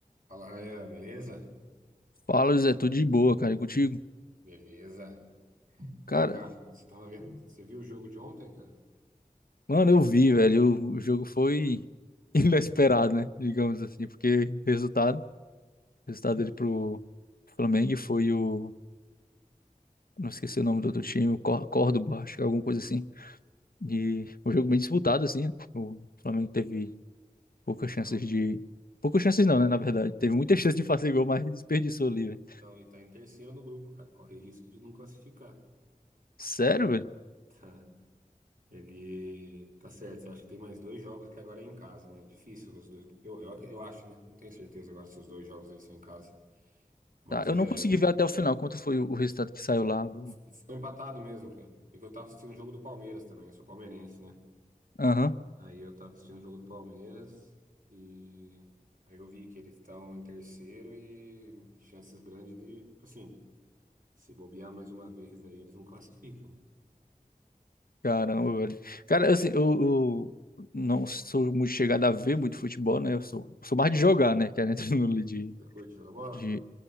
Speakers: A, on the right; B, on the left.
A: Fala, Rayan, beleza?
B: Fala, José, tudo de boa, cara, e contigo?
A: Beleza.
B: Cara,
A: E aí, cara, você tava vendo, você viu o jogo de ontem, cara?
B: mano, eu vi, velho, o o jogo foi <laughs> inesperado, né? Digamos assim, porque o resultado, o resultado dele pro Flamengo foi o, não esqueci o nome do outro time, o Cor- Córdoba, acho que é alguma coisa assim. E um jogo bem disputado assim, né? O Flamengo teve poucas
A: Então,
B: chances de, poucas chances não, né, na verdade. Teve muita chance de fazer gol, mas <laughs> desperdiçou ali, velho.
A: então, e tá em terceiro no grupo, cara. Corre risco de não classificar.
B: Sério, velho?
A: <laughs> Ele tá certo. Eu acho que tem mais dois jogos que agora é em casa, né? É difícil os dois. Eu, eu, eu acho, né? Não tenho certeza agora se os dois jogos deles são em casa. Mas
B: Tá, eu
A: é.
B: não consegui ver até o final quanto foi o o resultado que saiu lá do...
A: fi- Ficou empatado mesmo, cara. É que eu tava assistindo o jogo do Palmeiras também. Eu sou palmeirense, né?
B: Aham.
A: Aí eu tava assistindo o jogo do Palmeiras e. Aí eu vi que eles estão em terceiro e chances grandes de, tipo assim, se bobear mais uma vez aí, eles não classificam.
B: Caramba, velho. Cara, assim, eu, eu não sou muito chegado a ver muito futebol, né? Eu sou, sou mais de jogar, né? Que é dentro <laughs> do- de,
A: Você curte jogar bola?
B: de